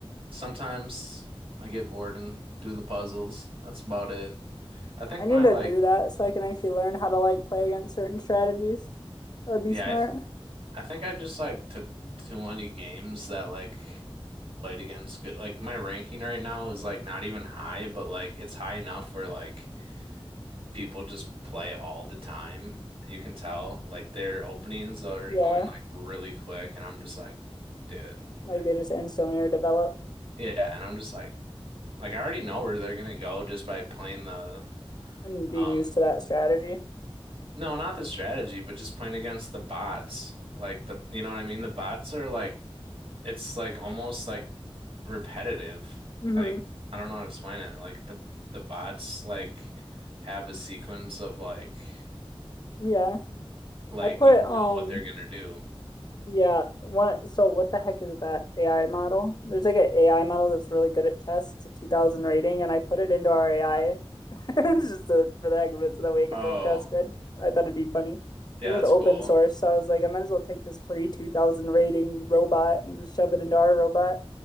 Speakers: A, on the right; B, on the left.
A: sometimes I get bored and do the puzzles. That's about it. I think
B: I need
A: my
B: to
A: like,
B: do that so I can actually learn how to like play against certain strategies. That would be
A: yeah,
B: smart.
A: I think I just like took too many games that like played against good like my ranking right now is like not even high, but like it's high enough where like people just play all the time. You can tell like their openings are
B: Yeah,
A: going like really quick and I'm just like, dude,
B: like
A: like
B: they just instantly are developed.
A: yeah, and I'm just like like I already know where they're gonna go just by playing the
B: And being
A: um
B: used to that strategy.
A: no, not the strategy, but just playing against the bots. Like the you know what I mean? The bots are like it's like almost like repetitive.
B: hmm
A: Like I don't know how to explain it. Like the the bots like have a sequence of like
B: Yeah.
A: like
B: I put
A: you know
B: um
A: what they're gonna do.
B: Yeah, one, so what the heck is that AI model? There's like an AI model that's really good at chess. It's a 2000 rating, and I put it into our AI <laughs> just to, for the heck of it, so that way it could
A: Oh,
B: play chess good. I thought it'd be funny.
A: yeah,
B: 'Cause It was
A: that's
B: open
A: cool.
B: source, so I was like, I might as well take this free 2000 rating robot and just shove it into our robot